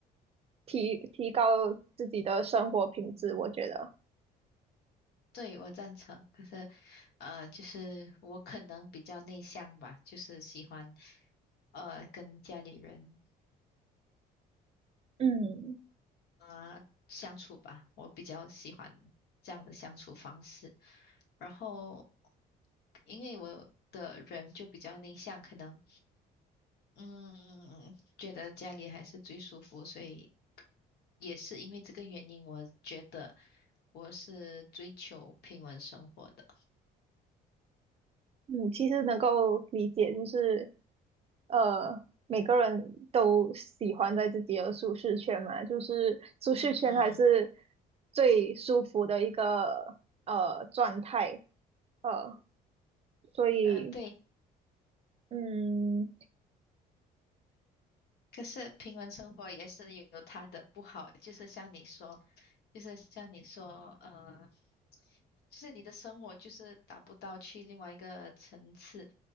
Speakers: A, on the right; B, on the left.
A: 提提高自己的生活品质，我觉得。
B: 对，我赞成。可是，呃，就是我可能比较内向吧，就是喜欢，呃，跟家里人
A: 嗯
B: 啊、呃相处吧。我比较喜欢这样的相处方式。然后，因为我的人就比较内向，可能嗯，觉得家里还是最舒服，所以也是因为这个原因，我觉得我是追求平稳生活的。
A: 嗯，其实能够理解，就是呃，每个人都喜欢在自己的舒适圈嘛，就是舒适圈还是
B: 嗯嗯，
A: 最舒服的一个呃状态，呃，所以
B: 呃，对。
A: 嗯。
B: 可是平稳生活也是有它的不好，就是像你说，就是像你说，呃，就是你的生活就是达不到去另外一个层次，